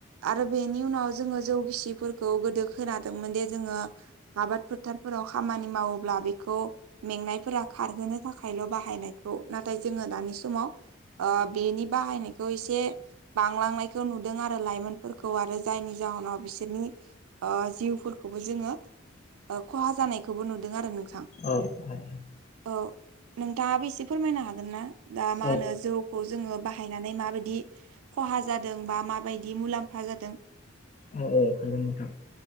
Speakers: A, on the right; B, on the left.
A: आरो बेनि उनाव जोंङो जौ गिसि फोरखौ गोदो खोनादोंमोन जे जोंङो आबाद फोथारफोराव खामानि मावोब्ला बेखौ मेंनायफोरा खारहोनो थाखायल' बाहायनायखौ नाथाय जोंङो दानि समाव बेनि बाहायनायखौ एसे बांलांनायखौ नुदों आरो लाइमोन फोरखौ आरो जायनि जाहोनाव ओ बिसोरनि जिउफोरखौबो जोंङो खहा जानायखौबो नुदों आरो नोंथां
B: औ औ
A: औ नोंथांङाबो एसे फोरमायनो हागोन ना दा मा
B: औ
A: होनो जौखौ जोंङो बाहायनानै माबायदि खहा जादों बा माबायदि मुलाम्फा जादों।
B: औ औ हागोनथां